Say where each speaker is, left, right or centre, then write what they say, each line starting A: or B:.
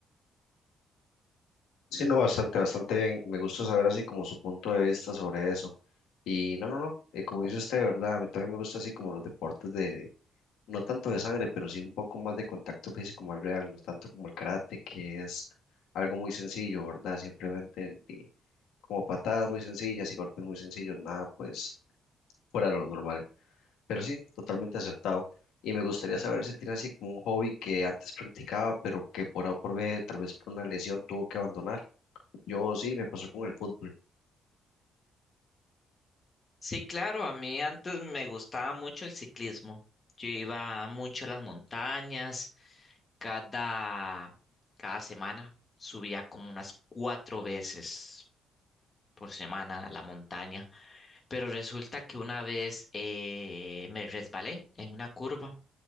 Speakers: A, on the left; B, on the left.
A: Sí, no, bastante, bastante bien. Me gusta saber así como su punto de vista sobre eso. Y no, no, no, eh, como dice usted, ¿verdad? A mí también me gusta así como los deportes de, no tanto de sangre, pero sí un poco más de contacto físico más real, no tanto como el karate, que es algo muy sencillo, ¿verdad? Simplemente de- como patadas muy sencillas y golpes muy sencillos, nada pues fuera de lo normal. Pero sí, totalmente acertado. Y me gustaría saber si tiene así como un hobby que antes practicaba, pero que por A o por B, tal vez por una lesión, tuvo que abandonar. Yo sí, me pasó con el fútbol.
B: Sí, claro, a mí antes me gustaba mucho el ciclismo. Yo iba mucho a las montañas, cada, cada semana subía como unas cuatro veces por semana a la montaña, pero resulta que una vez eh, me resbalé en una curva